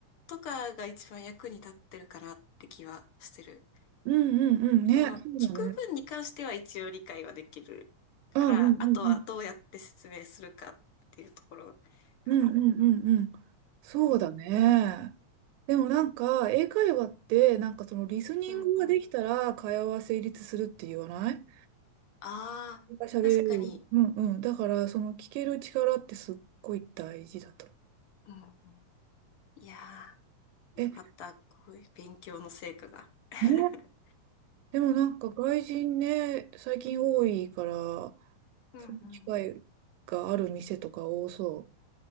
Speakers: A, on the left; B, on the right.
A: とかが一番役に立ってるかなって気はしてる。
B: うん、うん、うん、ね、
A: その、
B: そうだね。
A: 聞く分に関しては一応理解はできるから、
B: あ、うん、うん、うん、
A: あとはどうやって説明するかっていうところかな。
B: うん、うん、うん、うん。そうだね。
A: うんうん。
B: でもなんか、英会話って、なんかそのリスニングができたら会話は成立するって言わない
A: うんうん。ああ、
B: が喋れる。
A: 確かに。
B: うんうん。だから、その聞ける力ってすっごい大事だと。
A: うんうん。いやー、
B: え、
A: よかった。
B: ね
A: こういう勉強の成果が。<laughs>
B: え。でもなんか外人ね、最近多いから、
A: うんうん
B: その機会がある店とか多そ